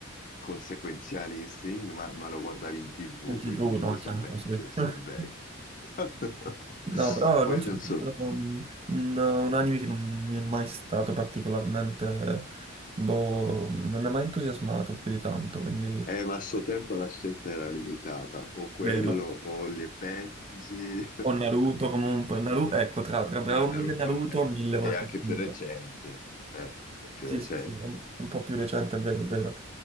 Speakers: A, on the left (about 40°); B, on the right (about 30°).
A: conseguenziali in Sing, ma, ma lo guardavi in TV,
B: In TV,
A: quindi
B: no, chiaro,
A: sono vecchio,
B: sì.
A: sono
B: <laughs>
A: vecchio. <laughs>
B: No, però
A: Poi
B: non so,
A: non
B: è
A: so,
B: proprio un, un- un anime che non mi è mai stato particolarmente, boh, non mi ha mai entusiasmato più di tanto, quindi
A: eh, ma a suo tempo la scelta era limitata, o quello
B: meno.
A: o Holly e Benji,
B: O Naruto comunque, Naruto, ecco, tra,
A: <laughs>
B: tra Dragon
A: ma Naruto
B: Ball e Naruto
A: è,
B: mille
A: è
B: volte
A: anche più
B: meglio.
A: recente, eh, è più
B: Sì,
A: recente.
B: sì, sì, un, un po' più recente, è vero, è vero.